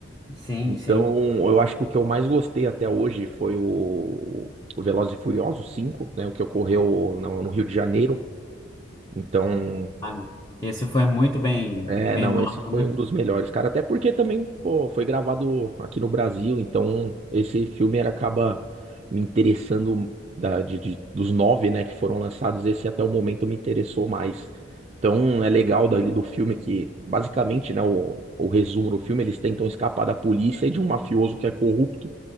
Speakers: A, on the left; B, on the right.
A: <laughs> Sim,
B: Então,
A: sim.
B: eu acho que o que eu mais gostei até hoje foi o, o Velozes e Furiosos cinco né? O que ocorreu no, no Rio de Janeiro. Então,
A: Ah, não. Esse foi muito bem,
B: é,
A: bem
B: não,
A: bolado,
B: esse foi
A: né?
B: um dos melhores, cara. Até porque também, pô, foi gravado aqui no Brasil. Então, esse filme ele acaba me interessando da, de, de- dos nove, né, que foram lançados. Esse até o momento me interessou mais. Então, é legal dali do filme que, basicamente, né, o, o resumo do filme, eles tentam escapar da polícia e de um mafioso que é corrupto.